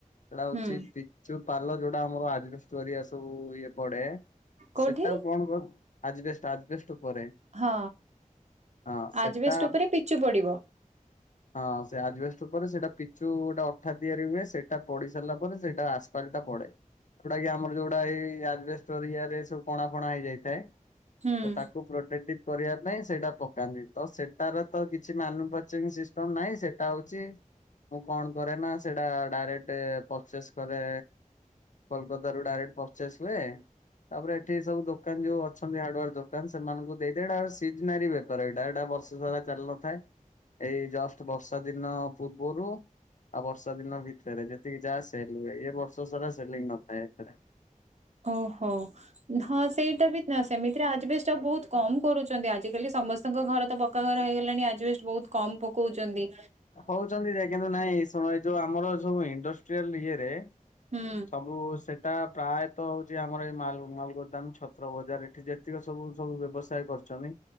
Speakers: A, on the left (about 60°); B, on the right (about 55°).
A: ସେଇଟା ହୋଉଚି
B: ହୁଁ।
A: ପିଚୁ ପାଲ ଯୋଉଟା ଆମର ଆଜବେଷ୍ଟଟ୍ ପରିକା ସବୁ ଇଏ ପଡ଼େ।
B: କୋଉଠି?
A: ସେଟା କୁ କଣ କହନ୍ତି ଆଜବେଷ୍ଟସ ଆଜବେଷ୍ଟସ ଉପରେ
B: ହଁ
A: ହଁ ସେଟା
B: ଆଜବେଷ୍ଟ ଉପରେ ପିଚୁ ପଡିବ।
A: ହଁ ସେ ଆଜବେଷ୍ଟ ପରେ ସେଟା ପିଚୁ ଗୋଟେ ଅଠା ତିଆରି ହୁଏ, ସେଟା ପଢି ସାରିଲା ପରେ ସେଇଟା ଆସେ। ପଲଟା ପଡେ। ଏଗୁଡାକ ଆମର ଯୋଉଡା ଏଇ ଆଜବେଷ୍ଟ୍ ରେ ସବୁ କଣା ଫଣା ହେଇ ଯାଇଥାଏ।
B: ହୁଁ
A: ତ ତାକୁ <unintelligible> କରିବା ପାଇଁ ସେଟା ପକାନ୍ତି ତ ସେଟାର ତ କିଛି ମାନୁଫେଚନ ସିସ୍ ତ ନାଇଁ ସେଟା ହୋଉଚି? ମୁଁ କଣ କରେ ନା, ସେଇଟା ଡାରେକ୍ଟ ପଚେସ୍ କରେ। କୋଲକତା ରୁ ଡାରେକ୍ଟ ପଚେସ୍ ହୁଏ। ତାପରେ ଏଠି ସବୁ ଦୋକାନ ଯୋଉ ଅଛନ୍ତି ହାର୍ଡୱାର୍କ ଦୋକାନ ସେମାନଙ୍କୁ ଦେଇ ଦିଏ ହେରା ସିଜନାରୀ ବେପାର ଏଇଟା ଏଇଟା ବର୍ଷ ସାରା ଚାଲୁନଥାଏ। ଏଇ ଜଷ୍ଟ୍ ବର୍ଷା ଦିନ ପୂର୍ବରୁ ଆଉ ବର୍ଷା ଦିନ ଭିତରେ ଯେତିକି ଯାହା ସେଲ୍ ହୁଏ। ଏ ବର୍ଷ ସାରା ସେଲିଙ୍ଗ ନଥାଏ ଏଥିରେ।
B: ଓଃ ହୋ। ହଁ ସେଇଟା ବି ନା ସେମିତିରେ ଆଜବେଷ୍ଟ ବୋହୁତ୍ କମ୍ କରୁଚନ୍ତି ଆଜିକାଲି ସମସ୍ତଙ୍କ ଘର ତ ପକ୍କା ଘର ହେଇଗଲାଣି ଆଜବେଷ୍ଟ୍ ବୋହୁତ୍ କମ୍ ପକୋଉଚନ୍ତି।
A: କୋହୁଚନ୍ତି ଯେ ନାଇ ଶୁଣ ଏଇ ଯୋଉ ଇଣ୍ଡଷ୍ଟିଆଲ୍ ଇଏଯେ
B: ହୁଁ
A: ସବୁ ସେଟା ପ୍ରାୟତଃ ହୋଉଚି ଆମର ଏଇ ମାଲ୍ ମାଲ୍ ଗୋଦାମ ଛତୁ ବଜାର ଏଠି ଯେତିକି ସବୁ ସବୁ ବ୍ୟବସାୟ କରୁଚନ୍ତି